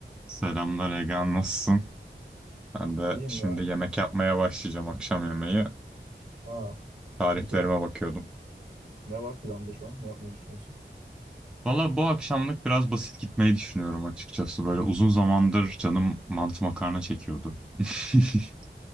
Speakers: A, in the centre; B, on the right.
A: Selamlar Ege, nasılsın? Ben de
B: İyiyim
A: şimdi
B: ya.
A: yemek yapmaya başlayacağım akşam yemeği.
B: Aa,
A: Tariflerime
B: güzel.
A: bakıyordum.
B: Ne var planda şu an? Ne yapmayı düşünüyorsun?
A: Valla bu akşamlık biraz basit gitmeyi düşünüyorum açıkçası. Böyle uzun zamandır canım mantı makarna çekiyordu. <laughs>